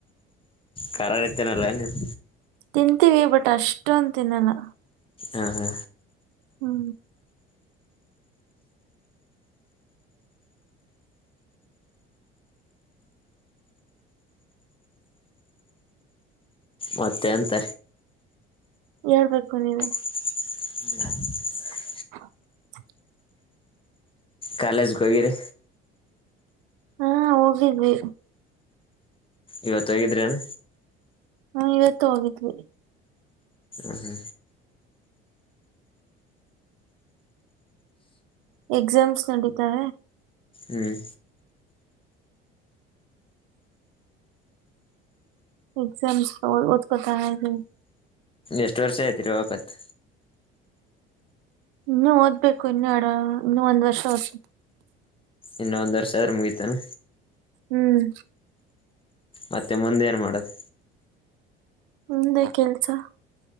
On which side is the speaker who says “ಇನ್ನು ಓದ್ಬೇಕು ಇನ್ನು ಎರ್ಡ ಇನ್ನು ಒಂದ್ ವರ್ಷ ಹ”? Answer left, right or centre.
Right